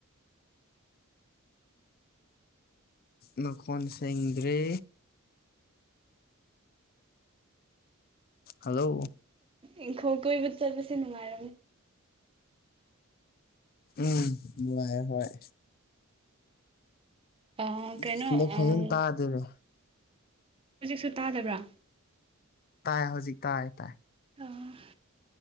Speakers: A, on the left (about 45°); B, on the right (about 25°).
A: ꯃꯈꯣꯟ ꯁꯦꯡꯗ꯭ꯔꯦ ꯍꯜꯂꯣ
B: ꯏꯪꯈꯣꯜ ꯀꯣꯏꯕ ꯆꯠꯄꯁꯦ ꯅꯨꯡꯉꯥꯏꯔꯝꯅꯤ
A: ꯎꯝ ꯅꯨꯡꯉꯥꯏꯌꯦ ꯍꯣꯏ
B: ꯑ
A: <unintelligible>
B: ꯀꯩꯅꯣ
A: ꯐꯖꯟ
B: ꯑꯥ
A: ꯇꯥꯗꯦꯅꯦ
B: ꯍꯧꯖꯤꯛꯁꯨ ꯇꯥꯗꯕ꯭ꯔꯥ
A: ꯇꯥꯏ ꯍꯧꯖꯤꯛ ꯇꯥꯏ ꯇꯥꯏ
B: ꯑ ꯎꯝ